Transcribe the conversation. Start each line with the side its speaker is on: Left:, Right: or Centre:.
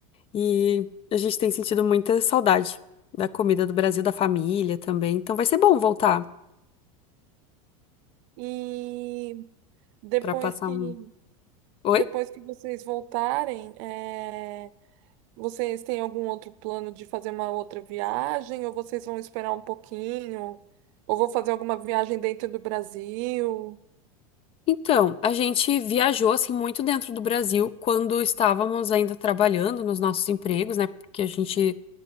Left: E a gente tem sentido muita saudade da comida do Brasil, da família também. Então vai ser bom voltar
Right: E depois
Left: para passar
Right: que
Left: um. Oi?
Right: depois que vocês voltarem, é, vocês têm algum outro plano de fazer uma outra viagem? Ou vocês vão esperar um pouquinho? Ou vão fazer alguma viagem dentro do Brasil?
Left: Então, a gente viajou assim muito dentro do Brasil quando estávamos ainda trabalhando nos nossos empregos, né? Porque a gente,